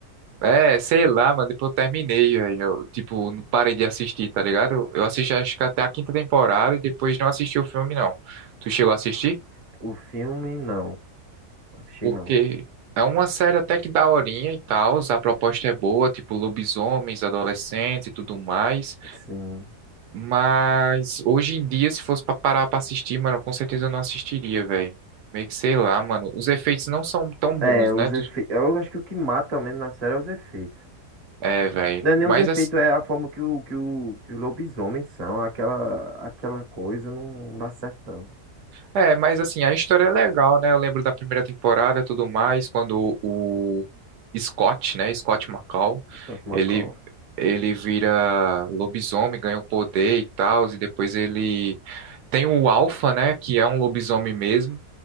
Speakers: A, on the right (about 85°); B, on the right (about 25°).
A: É, sei lá, mano, depois eu terminei, velho. Eu, tipo, não parei de assistir, tá ligado? Eu eu assisti acho que até a quinta temporada e depois não assisti o filme, não. Tu chegou a assistir?
B: O filme, não. Assisti
A: Porque
B: não.
A: é uma série até que daorinha e tal, a proposta é boa, tipo, lobisomens, adolescentes e tudo mais.
B: Sim.
A: Mas hoje em dia, se fosse pra parar pra assistir, mano, com certeza eu não assistiria, velho. Meio que sei lá, mano. Os efeitos não são tão bons,
B: É, os
A: né? Tu-
B: efeitos. Eu acho que o que mata mesmo na série é os efeitos.
A: É, velho.
B: Não é nem
A: Mas
B: os efeitos, é a forma que, o, que, o, que os lobisomens são. Aquela, aquela coisa não dá certo, não.
A: É, mas assim, a história é legal, né? Eu lembro da primeira temporada e tudo mais, quando o Scott, né? Scott McCall,
B: Scott McCall.
A: ele, ele vira lobisomem, ganha o poder e tal, e depois ele tem o Alpha, né? Que é um lobisomem mesmo.